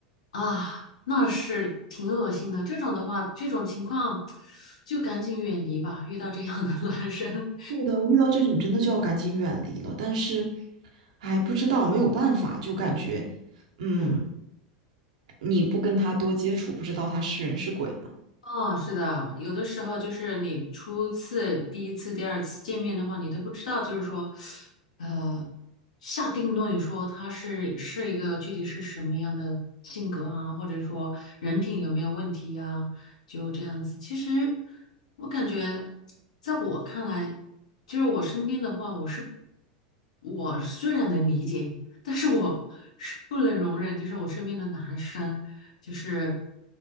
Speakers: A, on the left; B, on the right.
A: 啊，那是挺恶心的。这种的话，这种情况 <tsk> 就赶紧远离吧，遇到这样的 <laughs> 男生，
B: 对的，遇到这种真的就要赶紧远离了。但是，哎，不知道，没有办法，就感觉，嗯，
A: <laughs> 嗯。
B: 你不跟他多接触，不知道他是人是鬼呢。
A: 哦，是的，有的时候就是你初次、第一次、第二次见面的话，你都不知道，就是说，呃，下定论说他是是一个具体是什么样的性格啊，或者说人品有没有问题呀、就这样子。其实我感觉，在我看来，就是我身边的话，我是我虽然能理解，但是我是不能容忍，就是我身边的男生。就是，